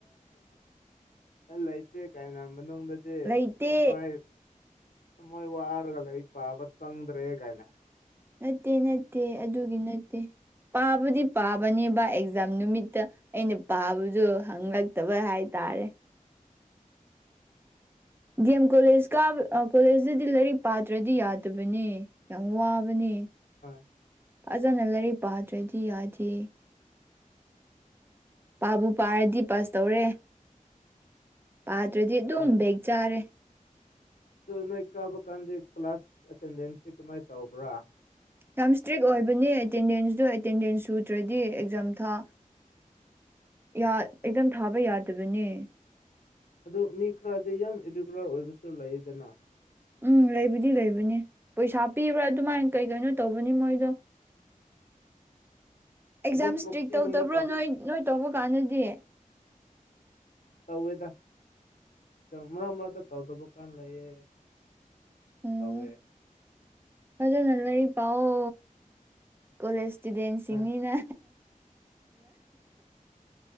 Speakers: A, on the left (about 80°); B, on the right (about 15°).
A: ꯑ ꯂꯩꯇꯦ ꯀꯥꯏꯅ ꯃꯅꯨꯡꯗꯗꯤ
B: ꯂꯩꯇꯦ
A: ꯊꯃꯣꯏ ꯃꯣꯏ ꯋꯥꯔꯒ ꯔꯤꯛ ꯄꯥꯕ ꯆꯪꯗ꯭ꯔꯦ ꯀꯥꯏꯅ
B: ꯅꯠꯇꯦ ꯅꯠꯇꯦ ꯑꯗꯨꯒꯤ ꯅꯠꯇꯦ ꯄꯥꯕꯨꯗꯤ ꯄꯥꯕꯅꯦꯕ ꯑꯦꯛꯖꯥꯝ ꯅꯨꯃꯤꯠꯇ ꯑꯩꯅ ꯄꯥꯕꯖꯨ ꯍꯪꯉꯛꯇꯕ ꯍꯥꯏꯇꯥꯔꯦ ꯗꯤꯑꯦꯝ ꯀꯣꯂꯦꯖ ꯀꯥ ꯀꯣꯂꯦꯖꯇꯗꯤ ꯂꯥꯏꯔꯤꯛ ꯄꯥꯇ꯭ꯔꯗꯤ ꯌꯥꯗꯕꯅꯦ ꯌꯥꯝ ꯋꯥꯕꯅꯦ
A: ꯍ
B: ꯑꯗꯨꯅ ꯂꯥꯏꯔꯤꯛ ꯄꯥꯠꯇ꯭ꯔꯗꯤ ꯌꯥꯗꯦ ꯄꯥꯕꯨ ꯄꯥꯔꯗꯤ ꯄꯁ ꯇꯧꯔꯦ ꯄꯥꯗ꯭ꯔꯗꯤ ꯑꯗꯨꯝ
A: ꯍꯣꯏ
B: ꯕꯦꯛ ꯆꯥꯔꯦ
A: ꯑꯗꯨ ꯅꯣꯏ ꯀꯥꯕ ꯀꯥꯟꯗ ꯀ꯭ꯂꯥꯁ ꯑꯦꯇꯦꯟꯗꯦꯟꯁꯇꯤ ꯀꯃꯥꯏ ꯇꯧꯕ꯭ꯔꯥ
B: ꯌꯥꯝ ꯏꯁꯇ꯭ꯔꯤꯛ ꯑꯣꯏꯕꯅꯦ ꯑꯦꯇꯦꯟꯗꯦꯟꯁꯇꯣ ꯑꯦꯇꯦꯟꯗꯦꯟꯁ ꯁꯨꯗ꯭ꯔꯗꯤ ꯑꯦꯛꯖꯥꯝ ꯊꯥ ꯌꯥ ꯑꯦꯛꯖꯝ ꯊꯥꯕ ꯌꯥꯗꯕꯅꯦ
A: ꯑꯗꯨ ꯃꯤ ꯈꯔꯗꯤ ꯌꯥꯝ ꯏꯔꯤꯒꯨꯂꯔ ꯑꯣꯏꯕꯁꯨ ꯂꯩꯗꯅ
B: ꯎꯝ ꯂꯩꯕꯗꯤ ꯂꯩꯕꯅꯤ ꯄꯩꯁꯥ ꯄꯤꯕ꯭ꯔꯥ ꯑꯗꯨꯃꯥꯏꯅ ꯀꯩ ꯀꯩꯅꯣ ꯇꯧꯕꯅꯤ ꯃꯣꯏꯗꯣ
A: <inaudible>
B: ꯑꯦꯛꯖꯥꯝ
A: ꯄ꯭ꯔꯣꯛꯁꯤꯒꯨꯝꯕ
B: ꯏꯁꯇ꯭ꯔꯤꯛ ꯇꯧꯗꯕ꯭ꯔꯣ ꯅꯣꯏ ꯅꯣꯏ ꯇꯧꯕ ꯀꯥꯟꯗꯗꯤ
A: ꯇꯧꯋꯦꯗ ꯃꯔꯛ ꯃꯔꯛꯇ ꯇꯧꯗꯕ ꯀꯥꯟ ꯂꯩꯌꯦ
B: ꯎꯝ
A: ꯇꯧꯋꯦ
B: ꯐꯖꯅ ꯂꯩꯔꯤꯛ ꯄꯥꯎ ꯀꯣꯂꯦꯖ ꯏꯁꯇꯨꯗꯦꯟꯁꯤꯡꯅꯤꯅ
A: ꯍꯣꯏ